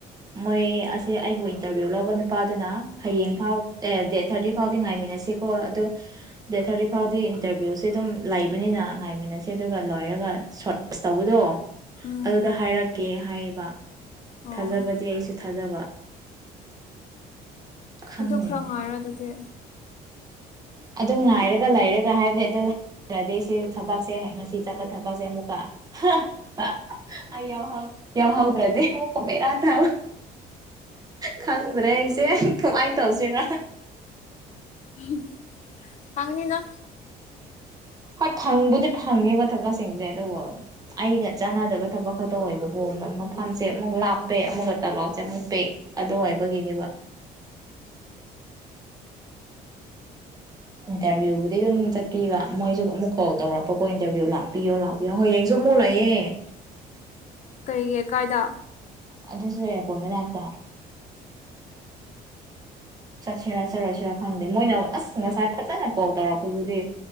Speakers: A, on the right (about 20°); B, on the left (about 45°).
A: ꯃꯣꯏ ꯑꯁꯦ ꯑꯩꯕꯨ ꯏꯟꯇꯔꯚꯤꯌꯨ ꯂꯧꯕ ꯅꯨꯄꯥꯗꯨꯅ ꯍꯌꯦꯡ ꯐꯥꯎ ꯑꯦ ꯗꯦꯠ ꯊꯥꯔꯇꯤ ꯐꯥꯎꯗꯤ ꯉꯥꯏꯃꯤꯟꯅ ꯑꯁꯤꯀꯣ ꯑꯗꯣ ꯗꯦꯠ ꯊꯥꯔꯇꯤ ꯐꯥꯎꯗꯤ ꯏꯟꯇꯔꯚꯤꯌꯨꯁꯦ ꯑꯗꯨꯝ ꯂꯩꯕꯅꯤꯅ ꯉꯥꯏꯃꯤꯟꯅꯁꯦ ꯑꯗꯨꯒ ꯂꯣꯏꯔꯒ ꯁꯣꯔꯁ ꯇꯧꯕꯗꯣ
B: ꯎꯝ
A: ꯑꯗꯨꯗ ꯍꯥꯏꯔꯛꯀꯦ ꯍꯥꯏꯌꯦꯕ
B: ꯑꯣ
A: ꯊꯥꯖꯕꯗꯤ ꯑꯩꯁꯨ ꯊꯥꯖꯕ ꯈꯪꯗꯦꯅꯦ
B: ꯑꯗꯨ ꯈꯔ ꯉꯥꯏꯔꯣ ꯑꯗꯨꯗꯤ
A: ꯑꯗꯨꯝ ꯉꯥꯏꯔꯒ ꯂꯩꯔꯒ ꯍꯥꯏꯕꯅꯤ ꯑꯗꯨ ꯑꯗꯨꯗꯤ ꯁꯤ ꯊꯕꯛꯁꯦ ꯉꯁꯤ ꯆꯠꯄ ꯊꯕꯛꯁꯦ ꯑꯃꯨꯛꯀ ꯍꯥ ꯍꯥ ꯍꯥ ꯑꯩ ꯌꯥꯍꯧ ꯌꯥꯍꯧꯗ꯭ꯔꯗꯤ ꯑꯃꯨꯛꯀ ꯕꯦꯔꯥ ꯇꯥꯕ ꯈꯪꯗ꯭ꯔꯦ ꯑꯩꯁꯦ ꯀꯃꯥꯏꯅ ꯇꯧꯁꯤꯔ
B: ꯍꯨꯝ ꯐꯪꯅꯤꯅ
A: ꯍꯣꯏ ꯐꯪꯕꯨꯗꯤ ꯐꯪꯉꯤꯕ ꯊꯕꯛꯁꯤꯡꯁꯦ ꯑꯗꯨꯕꯨ ꯑꯩꯒ ꯆꯥꯟꯅꯗꯕ ꯊꯕꯛ ꯈꯛꯇ ꯑꯣꯏꯕꯀꯣ ꯃ ꯃꯐꯝꯁꯦ ꯑꯃꯨꯛ ꯂꯥꯞꯄꯦ ꯑꯃꯨꯛꯀ ꯇꯂꯥꯎꯆꯦ ꯑꯃꯨꯛ ꯄꯦꯛ ꯑꯗꯨ ꯑꯣꯏꯕꯒꯤꯅꯦꯕ
B: <inaudible>
A: ꯏꯟꯇꯔꯚꯤꯌꯨꯕꯨꯗꯤ ꯑꯗꯨꯝ ꯆꯠꯄꯤꯕ ꯃꯣꯏꯁꯨ ꯑꯃꯨꯛ ꯀꯣꯜ ꯇꯧꯔꯛꯄꯀꯣ ꯏꯟꯇꯔꯚꯤꯌꯨ ꯂꯥꯛꯄꯤꯌꯣ ꯂꯥꯛꯄꯤꯌꯣ ꯍꯌꯦꯡꯁꯨ ꯇꯨꯃꯨ ꯂꯩꯌꯦ
B: ꯀꯩꯒꯤ ꯀꯥꯏꯗ
A: ꯑꯗꯨꯁꯨ ꯏꯌꯔꯄꯣꯠ ꯃꯅꯥꯛꯇ ꯆꯠꯁꯤꯔꯥ ꯆꯠꯂꯣꯌꯁꯤꯔꯥ ꯈꯪꯗꯦ ꯃꯣꯏꯅ ꯑꯁ ꯉꯁꯥꯏ ꯐꯖꯅ ꯀꯣꯜ ꯇꯧꯔꯛꯄꯗꯨꯗꯤ